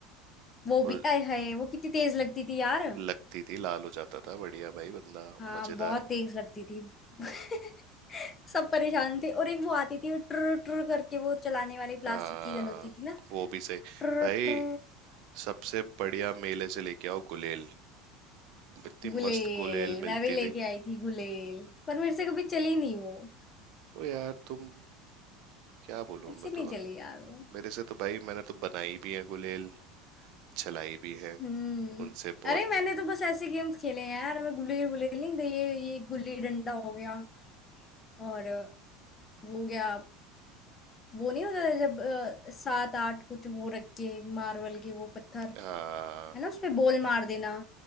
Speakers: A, on the left; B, on the right.
A: वो
B: वो
A: भी आए हाय वो कितनी तेज लगती थी यार
B: लगती थी लाल हो जाता था बढ़िया भाई बंदा
A: हाँ
B: मजेदार
A: बहुत तेज लगती थी <laughs> सब परेशान थे और एक वो आती थी ट्र ट्र करके वो चलाने वाली प्लास्टिक
B: हाँ
A: की गन होती थी ना
B: वो भी सही
A: ट्र
B: भाई
A: ट्र
B: सबसे बढ़िया मेले से लेके आओ गुलेल इतनी
A: गुलेल
B: मस्त गुलेल
A: मैं
B: मिलती
A: भी लेके
B: थी
A: आई थी गुलेल पर मेरे से कभी चली नहीं वो
B: ओ यार तुम क्या बोलूं
A: मेरे से
B: मैं
A: नहीं
B: तुम्हें
A: चली यार वो
B: मेरे से तो भाई मैंने तो बनाई भी है गुलेल चलाई भी है
A: हम्म
B: उनसे बहुत
A: अरे मैंने तो बस ऐसे गेम्स खेले हैं यार मैं गुलेल गुलेल नहीं गई ये ये गुल्ली डंडा हो गया और अ, वो हो गया वो नहीं होता था जब अ, सात आठ कुछ वो रख के मार्बल के वो पत्थर
B: आ,
A: है ना उसपे बॉल मार देना